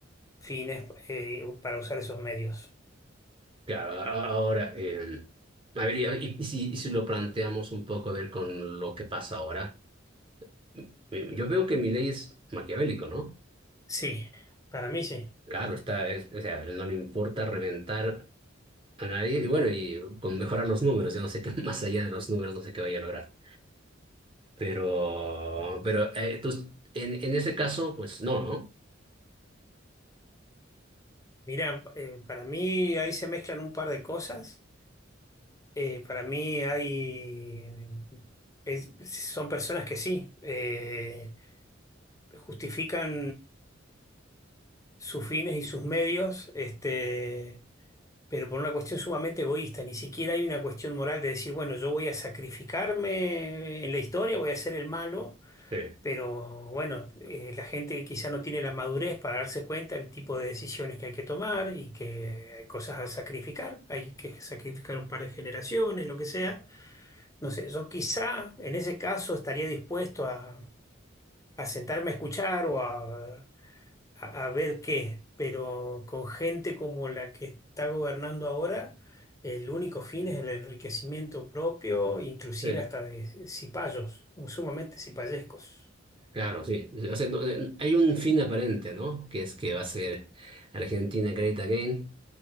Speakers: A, on the left (about 15°); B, on the right (about 25°).
A: fines eh, para usar esos medios.
B: claro. A- Ahora, eh, a ver, y, a- y si, y si lo planteamos un poco, a ver, con lo que pasa ahora, eh, yo veo que mi ley es maquiavélico, ¿no?
A: Sí, para mí sí.
B: Claro, está, es- o sea, no le importa reventar a nadie, y bueno, y con mejorar los números, yo no sé qué, <laughs> más allá de los números, no sé qué vaya a lograr. Pero, pero, eh, tú- en, en ese caso, pues no, ¿no?
A: Mirá, eh, para mí ahí se mezclan un par de cosas. Eh, para mí hay... es- son personas que sí, eh, justifican sus fines y sus medios, este, pero por una cuestión sumamente egoísta. Ni siquiera hay una cuestión moral de decir, bueno, yo voy a sacrificarme en la historia, voy a ser el malo
B: Sí.
A: Pero bueno, eh, la gente quizá no tiene la madurez para darse cuenta del tipo de decisiones que hay que tomar y que hay cosas a sacrificar. Hay que sacrificar un par de generaciones, lo que sea. No sé, yo quizá en ese caso estaría dispuesto a, a sentarme a escuchar o a, a- a ver qué, pero con gente como la que está gobernando ahora, el único fin es el enriquecimiento propio, inclusive
B: Sí.
A: hasta de cipayos, sumamente cipayescos.
B: Claro, sí. O sea, no- eh, hay un fin aparente, ¿no? Que es que va a ser Argentina Great Again,